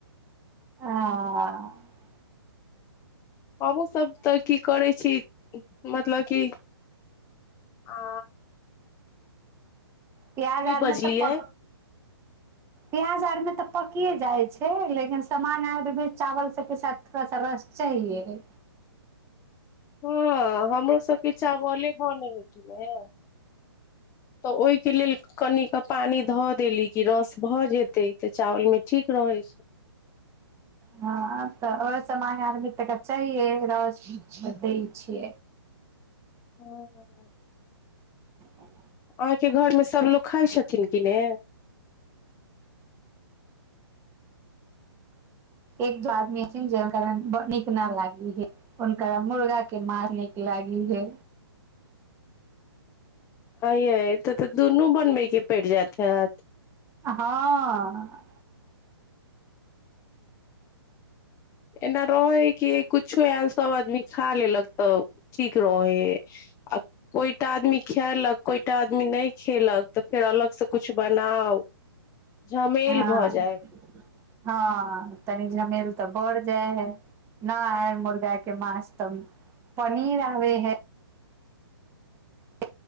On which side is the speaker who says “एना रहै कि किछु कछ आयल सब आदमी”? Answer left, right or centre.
Left